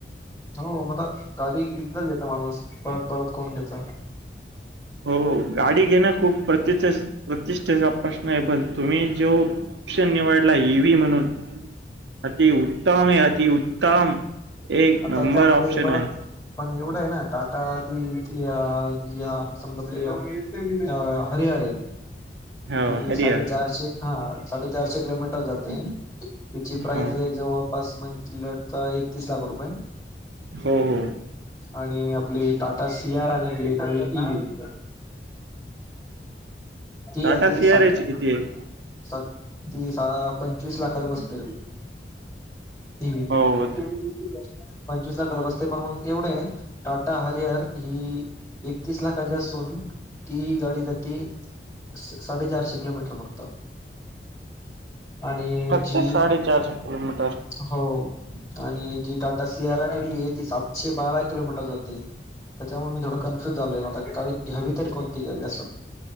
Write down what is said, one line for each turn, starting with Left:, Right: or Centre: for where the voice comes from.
Left: हो मता गाडी एकदाच घेत माणूस परत परत कोण घेत.
Right: हो गाडी घेणं खूप प्रति प्रतिष्ठेचा प्रश्न आहे पण तुम्ही जो ऑप्शन निवडला ई व्ही म्हणून अतिउत्तम आहे अतिउत्तम एक
Left: आता
Right: नंबर
Left: त्यामध्ये
Right: ऑप्शन
Left: परत
Right: हाय.
Left: पण एवढं आहे ना टाटा की इ यां इ या समजा आपली अ हरियार हे.
Right: हो
Left: ती
Right: हरिहर
Left: साडेचारशे हा साडेचारशे किलोमीटर जाते तिची प्राईज
Right: हो
Left: आहे जवळ पास मंथल तर एकतीस लाख रुपये
Right: हो हो
Left: आणि आपली टाटा सी यार <unintelligible> इ व्हि ती
Right: टाटा
Left: जाती
Right: सियाराची
Left: सात
Right: किती आहे?
Left: सात ती सा पंचवीस लाखाला बसते. E V.
Right: हो
Left: पंचवीस लाखाला बसते. पण मग एवढ टाटा हरियर ही एकतीस लाखाची असून ती गाडी जाती साडे चारशे किलोमीटर फक्त. आणि
Right: फक्त
Left: जी
Right: साडे चारशे किलोमीटर.
Left: हो आणि जी टाटा सियार आहे ती सातशे बारा किलोमीटर जाते. त्याच्यामुळ मी थोडा कन्फ्यूज झालोय म आता गावी घ्यावी तर कोणती घ्यावी असं